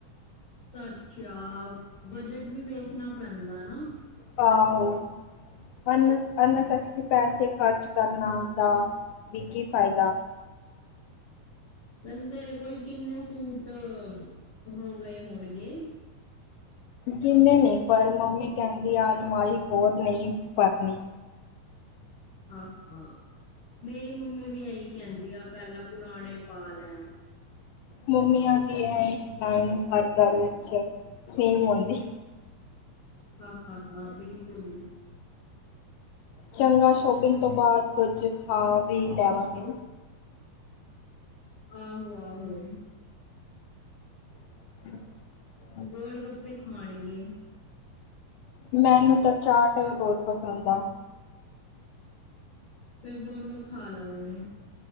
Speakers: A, on the left; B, on the left.
A: ਸੱਚ ਆ, ਬੱਜਟ ਵੀ ਵੇਖਣਾ ਪੈਂਦਾ ਨਾ।
B: ਆਹੋ, ਅਨ ਅਨਨੈਸੈਸਰੀ ਪੈਸੇ ਖਰਚ ਕਰਨਾ ਦਾ ਵੀ ਕੀ ਫਾਇਦਾ
A: ਵੈਸੇ ਤੇਰੇ ਕੋਲ ਕਿੰਨੇ ਸੂਟ ਹੋ ਗਏ ਹੋਣਗੇ?
B: ਗਿੰਨੇ ਨੀ, ਪਰ ਮੰਮੀ ਕਹਿੰਦੀ ਆ ਅਲਮਾਰੀ ਹੋਰ ਨਹੀਂ ਭਰਨੀ।
A: ਹਾਂ-ਹਾਂ, ਮੇਰੀ ਮੰਮੀ ਵੀ ਐਈ ਕਹਿੰਦੀ ਆ ਪਹਿਲਾਂ ਪੁਰਾਣੇ ਪਾ ਲੈ।
B: ਮੰਮੀਆਂ ਦੀ ਐਹ ਲਾਈਨ ਹਰ ਘਰ ਵਿੱਚ ਸੇਮ ਹੋਂਦ ਐ।
A: ਹਾ-ਹਾ-ਹਾ, ਬਿਲਕੁਲ।
B: ਚੰਗਾ, ਸ਼ੋਪਿੰਗ ਤੋਂ ਬਾਅਦ ਕੁਝ ਖਾ ਵੀ ਲੈਵਾਂਗੇ।
A: ਆਹੋ-ਆਹੋ
B: <inaudible>
A: ਗੋਲ-ਗੱਪੇ ਖਾਣਗੇ।
B: ਮੈਨੂੰ ਤਾਂ ਚਾਟ ਅ ਬਹੁਤ ਪਸੰਦ ਐ।
A: ਫੇਰ ਦੋਨੋਂ ਖਾ ਲਵਾਂਗੇ।